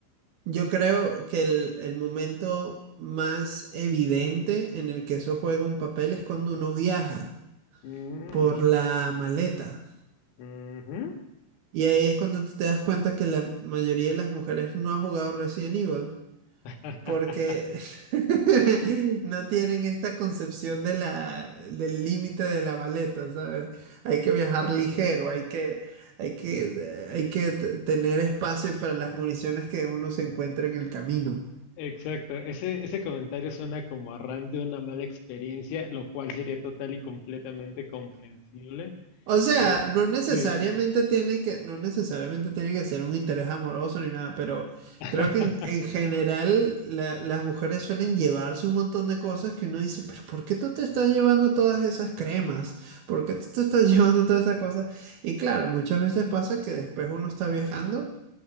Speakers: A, on the right; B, on the left.
A: Yo creo que el, el momento más evidente en el que eso juega un papel es cuando uno viaja.
B: Mm,
A: por la maleta.
B: ujú.
A: Y ahí es cuando tú te das cuenta que la mayoría de las mujeres no ha jugado Resident Evil
B: <laughs>
A: porque <laughs> no tienen esta concepción de la, del límite de la maleta, ¿sabes? Hay que viajar ligero, hay que, hay que, hay que t- tener espacio para las municiones que uno se encuentra en el camino.
B: Exacto, ese, ese comentario suena como a de una mala experiencia, lo cual sería total y completamente comprensible.
A: O sea,
B: Eh,
A: no necesariamente
B: sí.
A: tiene que, no necesariamente tiene que ser un interés amoroso ni nada, pero
B: <laughs>
A: creo que en, en general la- las mujeres suelen llevarse un montón de cosas que uno dice, pero ¿por qué tú te estás llevando todas esas cremas? ¿Por qué tú te estás <laughs> llevando todas esas cosas? Y claro, muchas veces pasa que después uno está viajando